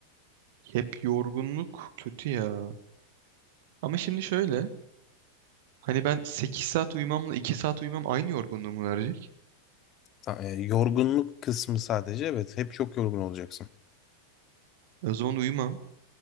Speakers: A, on the right; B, on the left.
A: Hep yorgunluk kötü ya. Ama şimdi şöyle. Hani ben 8 saat uyumamla 2 saat uyumam aynı yorgunluğumu verecek.
B: Ta- e, yorgunluk kısmı sadece evet hep çok yorgun olacaksın.
A: E O zaman uyumam.